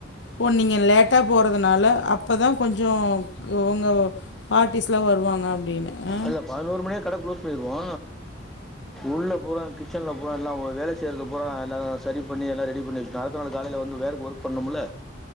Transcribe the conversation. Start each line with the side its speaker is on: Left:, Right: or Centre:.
Left: ஓ நீங்க லேட்டா போறதுனால அப்ப தா கொஞ்சோ உங்க பார்ட்டிஸ்லா வருவாங்க அப்டினு அ
Centre: இல்லை பதினோரு மணியே கடை க்ளோஸ் பன்னிருவோ உள்ள போறவங் கி ச்சன்ல போனாங்ல அவுங்க வேல செய்யறதுபூரா எல்லா சரி பண்ணி எல்லா ரெடி பண்ணி வெச் அடுத்த நாள் காலையில வந்து வேலைக்கு ஒர்க் பண்னுமுல்ல